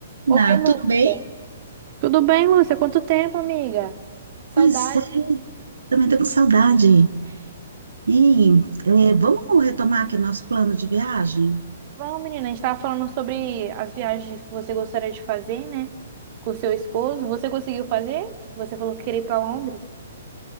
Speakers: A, on the right (about 80°); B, on the right (about 40°).
A: Na,
B: Oi, Lúcia.
A: tudo bem?
B: Tudo bem, Lúcia? Quanto tempo, amiga? Saudade.
A: Pois é, também estou com saudade. E é, vamos retomar aqui nosso plano de viagem?
B: Bom, menina, a gente estava falando sobre as viagens que você gostaria de fazer, né? Com seu esposo. Você conseguiu fazer? Você falou que queria ir para Londres.